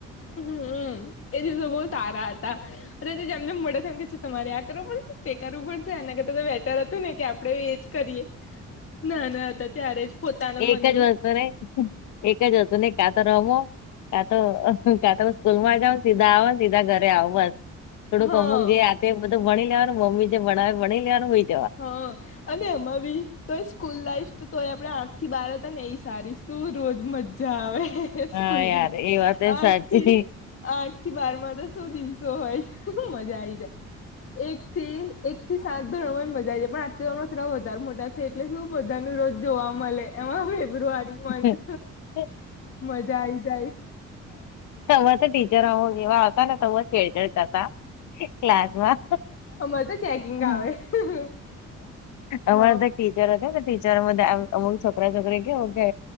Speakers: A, on the left; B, on the left.
A: હમમ એ દિવસો બહુ સારા હતા અને તે જેમ જેમ મળે તે એમ કે છે તમારે આ કરવા પડશે તે કરવુ પડશે અને કરતા તો બેટર હતું ને કે આપડે એજ કરીએ. ના ના હતા ત્યારે જ પોતાના
B: એક
A: મનનું
B: જ વસ્તુ ને એક જ હતું ને કાતો રમો કા તો કા તો સ્કૂલ માં જવો ને સીધા આવો સીધા ઘરે આવો બસ થોડુંક
A: હા
B: અમુક જે આ તે બધું ભણી લેવાનું મમ્મી જે ભણાવે ભણી લેવાનું હોય.
A: હ અને એમાં બી તોય સ્કૂલ લાઈફ તો તોય આપડે આઠ થી બાર હતા ને એ સારી શું રોજ મજા આવે
B: હા
A: સ્કૂલમાં
B: યાર એ વાત એ
A: આઠ
B: સાચી
A: થી આઠ થી બાર માં તો શું દિવસો હોય મજા આવી જાય એક થી એક થી સાત ધોરણ માં મજા આવી જાય પણ આઠથી ધોરણ માં થોડા વધારે મોટા થાય એટલે શું બધાનું રોજ જોવા મલે એમાં ફેબ્રુઆરી મંથ
B: હ હમ
A: મજા આઈ જાય
B: તો હો તો ટીચર જેવા હતા તેવા છેેઠળ કરતા ક્લાસમાં
A: અમારે તો ચેકિંગ
B: હા
A: આવે હ
B: એવું
A: હ
B: <unintelligible> - જરા છે ને ટીચર બધા આવ અમુક છોકરા છોકરી કેવો કે